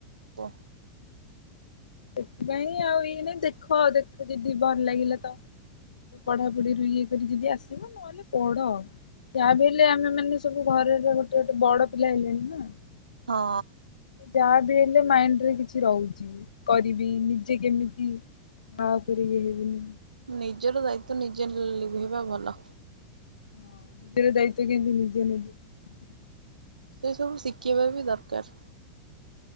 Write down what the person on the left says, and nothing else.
ସେଥିପାଇଁ ଆଉ ଇଏ ନାଇଁ ଦେଖ ଆଉ ଦେଖ ଯଦି ଭଲ ଲାଗିଲା ତ। ପଢାପଢିରୁ ଇଏ କରି ଯଦି ଆସିବ ନ ଖାଲି ପଢ଼ ଯାହା ବି ହେଲେ ଆମେ ମାନେ ସବୁ ଘରେର ଗୋଟେ ଗୋଟେ ବଡ ପିଲା ହେଲେଣି ନା।
ଯାହା ବି ହେଲେ ମାଇଣ୍ଡିରେ କିଛି ରହୁଚି କରିବି ନିଜେ କେମିତି ମା ପରୀ ଇଏ ହେବିନି।
ହଁ ନିଜର ଦାୟିତ୍ଵ କେନ୍ତି ନିିଜେ ନିଭେ। <inaudible>